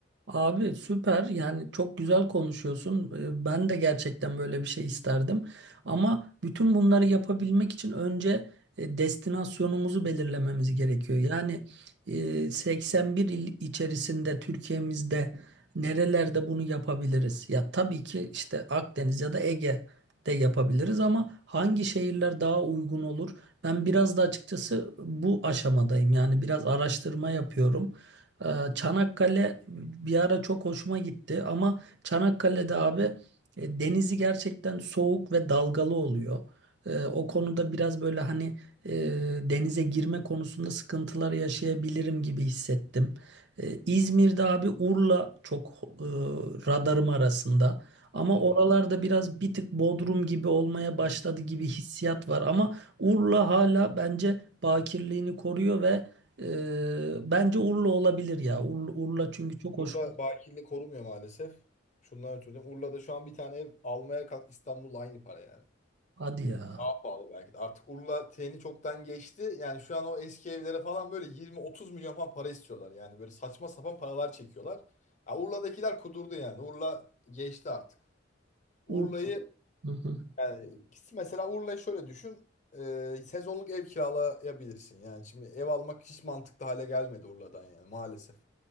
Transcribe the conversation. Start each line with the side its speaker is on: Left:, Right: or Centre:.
Right: Abi süper yani çok güzel konuşuyorsun. Ee, Ben de gerçekten böyle bir şey isterdim. Ama bütün bunları yapabilmek için önce e, destinasyonumuzu belirlememiz gerekiyor. Yani e, 81 il içerisinde Türkiye'mizde nerelerde bunu yapabiliriz? Ya tabii ki işte Akdeniz ya da Ege'de yapabiliriz ama hangi şehirler daha uygun olur? Ben biraz da açıkçası bu aşamadayım. Yani biraz araştırma yapıyorum. Ee, Çanakkale bir ara çok hoşuma gitti ama Çanakkale'de abi e, denizi gerçekten soğuk ve dalgalı oluyor. Ee, O konuda biraz böyle hani e, denize girme konusunda sıkıntılar yaşayabilirim gibi hissettim. Ee, İzmir'de abi Urla çok e, radarım arasında. Ama
Left: Hı
Right: oralarda
Left: hı.
Right: biraz bir tık Bodrum gibi olmaya başladı gibi hissiyat var. Ama Urla hala bence bakirliğini koruyor ve ee, bence Urla olabilir ya. Urla, Urla çünkü çok
Left: Urla
Right: hoş.
Left: bakirliği korumuyor maalesef. Şundan ötürü. Urla'da şu an bir tane ev almaya kalk İstanbul'la aynı para yani.
Right: Hadi ya.
Left: Daha pahalı belki de. Artık Urla treni çoktan geçti. Yani şu an o eski evlere falan böyle 20-30 milyon falan para istiyorlar. Yani böyle saçma sapan paralar çekiyorlar. Ya Urla'dakiler kudurdu yani. Urla geçti artık. Urla'yı
Right: Urla. Hı hı.
Left: yani mesela Urla'yı şöyle düşün. Ee, sezonluk ev kiralayabilirsin. Yani şimdi ev almak hiç mantıklı hale gelmedi Urla'dan yani maalesef.